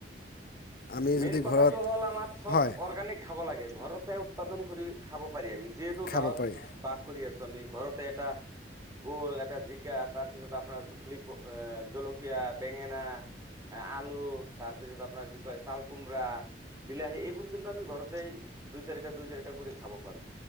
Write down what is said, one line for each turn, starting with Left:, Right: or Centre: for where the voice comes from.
Left: আমি
Right: মেইন
Left: যদি
Right: কথাটো
Left: ঘৰত
Right: হ'ল আমাৰ চব
Left: হয়
Right: অৰ্গেনিক খাব লাগে, ঘৰতে উৎপাদন কৰি খাব পাৰি আমি যিহেতু
Left: খাব
Right: গাঁৱত
Left: পাৰি
Right: বাস কৰি আছোঁ আমি ঘৰতে এটা বোল, এটা জিকা তাৰপিছত আপোনাৰ জলি এ, জলকীয়া, বেঙেনা এ, আলু তাৰপিছত আপোনাৰ কি কয় চাল কোমৰা, বিলাহী এইবোৰ কিন্তু আমি ঘৰতে দুই চাৰিটা দুই চাৰিটা কৰি খাব পাৰোঁ।